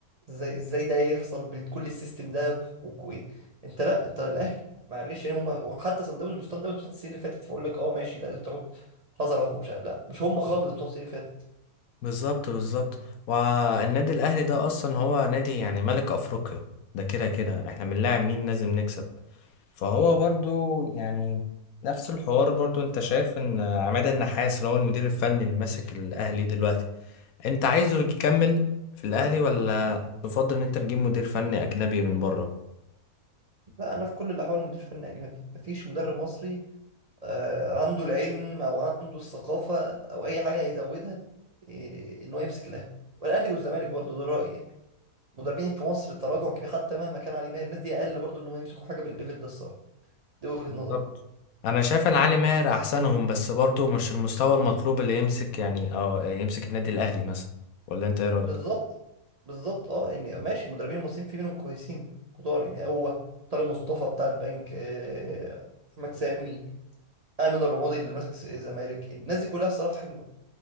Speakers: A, on the right (about 85°); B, on the left (about 70°).
A: ازاي ازاي ده يحصل بكل السيستم ده وكوي انت لا انت الاهلي معلش يعني هم وحتى صن داونز وصن داونز بتاعت السنين اللي فاتت فاقول لك اه ماشي لا لازم تاخد حذرك ومش عارف- لا مش هم خالص بتوع السنين اللي فاتت
B: بالظبط بالظبط والنادي الاهلي ده اصلا هو نادي يعني ملك افريقيا ده كده كده احنا بنلاعب مين لازم نكسب فهو برضو يعني نفس الحوار برضو انت شايف ان عماد النحاس اللي هو المدير الفني اللي ماسك الاهلي دلوقتي انت عايزه يكمل في الاهلي ولا تفضل ان انت تجيب مدير فني اجنبي من بره
A: لا انا في كل الاحوال مدير فني اجنبي مفيش مدرب مصري آه، عنده العلم او عنده الثقافه او اي حاجه هيزودها آه، ان هو يمسك الاهلي والاهلي والزمالك برضه ده رايي يعني مدربين في مصر التراجع كبير حتى مهما كان علي ماهر الناس دي اقل برضه ان هم يمسكوا حاجه بالليفل ده الصراحه دي وجهه
B: بالظبط
A: نظري
B: انا شايف ان علي ماهر احسنهم بس برضو مش المستوى المطلوب اللي يمسك يعني اه يمسك النادي الاهلي مثلا ولا انت ايه
A: بالظبط بالظبط اه يعني ماشي المدربين المصريين في منهم كويسين كتار يعني هو طارق مصطفى بتاع البنك آه، احمد سامي ايمن الرمادي اللي ماسك الزمالك الناس دي كلها الصراحه حلوه